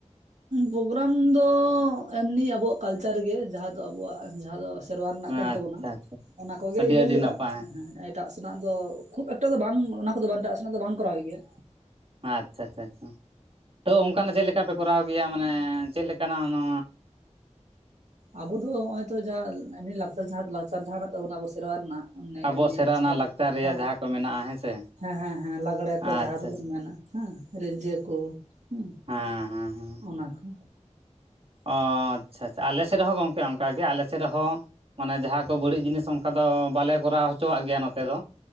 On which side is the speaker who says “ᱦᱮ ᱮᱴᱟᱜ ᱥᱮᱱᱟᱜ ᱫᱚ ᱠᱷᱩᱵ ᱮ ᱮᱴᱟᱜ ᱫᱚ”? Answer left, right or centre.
Right